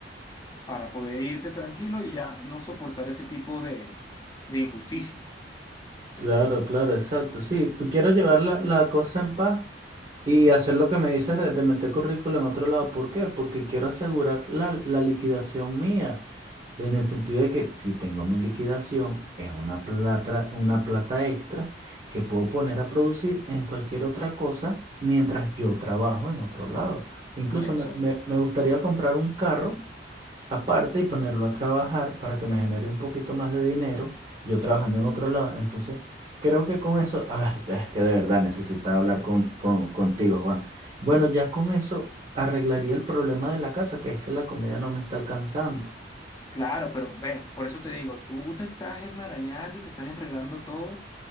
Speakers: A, on the left; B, on the right.
A: para poder irte tranquilo y ya no soportar ese tipo de, de injusticia.
B: Claro, claro, exacto. Sí, pues quiero llevar la, la cosa en paz y hacer lo que me dices de, de meter currículo en otro lado. ¿Por qué? Porque quiero asegurar la, la liquidación mía. En el sentido de que si tengo mi liquidación, es una plata, una plata extra que puedo poner a producir en cualquier otra cosa mientras yo trabajo en otro lado. Incluso
A: Por eso,
B: me, me- me gustaría comprar un carro aparte y ponerlo a trabajar para que me genere un poquito más de dinero, yo trabajando en otro lado. Entonces, creo que con eso, ay es que de verdad necesitaba hablar con, con, contigo, Juan. Bueno, ya con eso arreglaría el problema de la casa, que es que la comida no me está alcanzando.
A: claro, pero ves, por eso te digo, tú te estás enmarañando y te estás enredando todo,